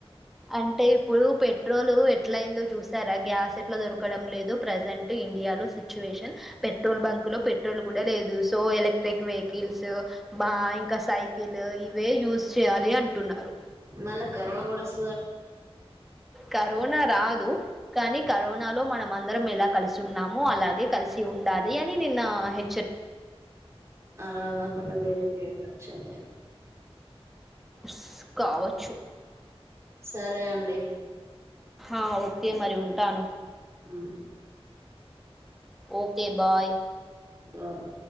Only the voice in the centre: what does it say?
అంటే ఇప్పుడు పెట్రోల్ ఎట్లా అయిందో చూసారా గ్యాస్ ఎట్లా దొరకడం లేదు. ప్రజెంట్ ఇండియాలో సిచ్యువేషన్ పెట్రోల్ బంక్ లో పెట్రోల్ కూడా లేదు సో ఎలక్ట్రిక్ వెహికల్. రిల్స్ బ ఇంకా సైకిల్ ఇవే యూజ్ చేయాలి అంటున్నారు.
కరోనా రాదు కానీ. కరోనా లో మనం అందరం ఎలా కలిసి ఉన్నాము అలాగే కలిసి ఉండాలి అని నిన్న హె.
స్ కావచ్చు.
ఆహ్ ఓకే మరి ఉంటాను.
Okay bye.